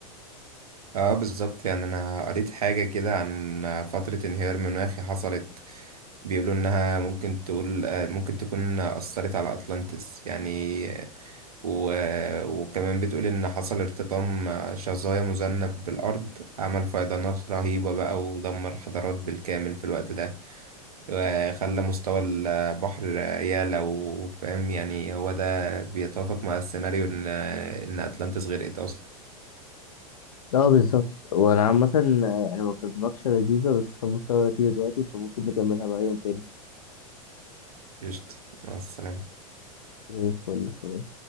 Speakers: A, on the right; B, on the left.
A: اه بالظبط يعني انا قريت حاجة كده عن فترة انهيار مناخي حصلت بيقولوا انها ممكن تقول آه، ممكن تكون اثرت على اطلانتس يعني آه، و... آه، وكمان بتقول ان حصل ارتطام شظايا مذنب بالارض عمل فيضانات رهيبة بقى ودمر حضارات بالكامل في الوقت ده وخلى مستوى البحر يعلى وفاهم يعني هو ده بيتوافق مع السيناريو ان ان اتلانتس غرقت اصلا
B: اه بالظبط وانا عامة يعني ما كانت مناقشة لذيذة بس مضطر اطير دلوقتي فممكن نكملها بقى يوم تاني
A: قشطة مع السلامة
B: زي الفل سلام.